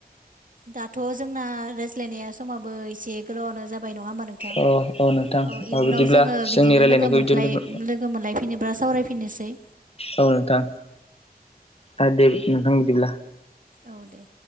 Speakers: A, on the right; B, on the left.
A: दाथ' जोंना रायज्लायनाया समाबो एसे गोलावनो जाब बाय नङा हा नोंथां औ
B: अ नोंथां अ
A: इयुनाव
B: बिदिब्ला
A: जोङो
B: जोंनि
A: बिदिनो
B: रायलायनायखौ
A: लोगो मोनफ्लाय
B: बिदियावनो दोन
A: लोगो मोनलायफिनोब्ला सावराय फिननोसै।
B: औ नोंथां आरो दे नोंथां बिदिब्ला
A: औ दे।